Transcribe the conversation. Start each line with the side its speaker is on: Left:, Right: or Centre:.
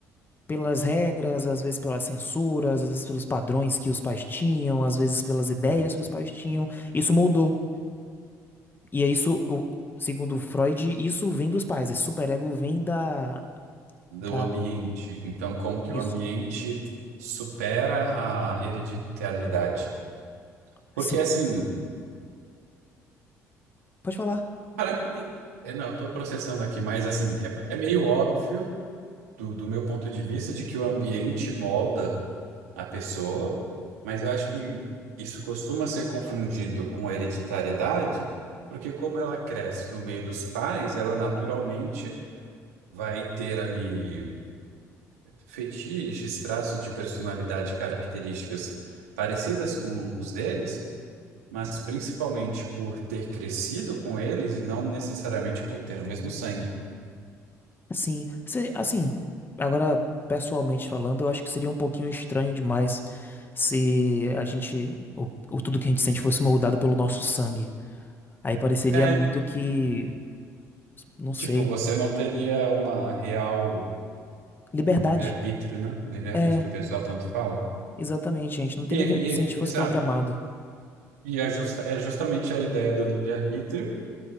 Left: pelas regras, às vezes pelas censuras, às vezes pelos padrões que os pais tinham, às vezes pelas ideias
Right: Uhum.
Left: que os pais tinham. Isso moldou. E é isso, o- segundo Freud, isso vem dos pais. Esse superego vem da,
Right: do
Left: da...
Right: ambiente. Então, como que
Left: Isso.
Right: o ambiente supera a hereditariedade? Porque
Left: Sim.
Right: assim,
Left: Pode falar.
Right: para mim, é, não, eu estou processando aqui, mas assim, é, é meio óbvio do, do meu ponto de vista de que o ambiente molda a pessoa, mas eu acho que isso costuma ser confundido com hereditariedade, porque como ela cresce no meio dos pais, ela naturalmente vai ter ali fetiches, traços de personalidade, e características parecidas com os deles, mas principalmente por ter crescido com eles e não necessariamente por ter o mesmo sangue.
Left: Sim, se- assim, agora pessoalmente falando, eu acho que seria um pouquinho estranho demais se a gente, o, o tudo que a gente sente fosse moldado pelo nosso sangue. Aí pareceria
Right: É,
Left: muito que, não sei,
Right: tipo, você não teria uma real
Left: liberdade.
Right: o livre-arbítrio, né? O livre-arbítrio
Left: É,
Right: que o pessoal tanto fala.
Left: exatamente, a gente não teria
Right: E,
Left: liberdade
Right: e-
Left: se a gente fosse
Right: exato.
Left: programado.
Right: E é, justa- é justamente a ideia do livre-arbítrio